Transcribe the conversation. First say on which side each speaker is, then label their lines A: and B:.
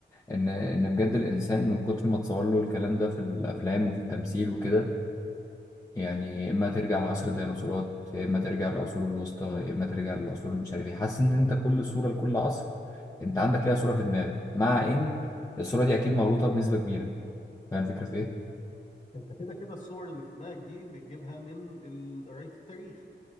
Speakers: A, on the left; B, on the left.
A: ان ان بجد الانسان من كتر ما تصور له الكلام ده في الافلام وفي التمثيل وكده يعني يا اما ترجع لعصر الديناصورات يا اما ترجع للعصور الوسطى يا اما ترجع للعصور مش عارف ايه حاسس ان انت كل صوره لكل عصر انت عندك ليها صوره في دماغك مع ان الصوره دي اكيد مغلوطه بنسبه كبيره فاهم الفكره في ايه
B: انت كده كده الصور اللي في دماغك دي بتجيبها من ال- قراية التاريخ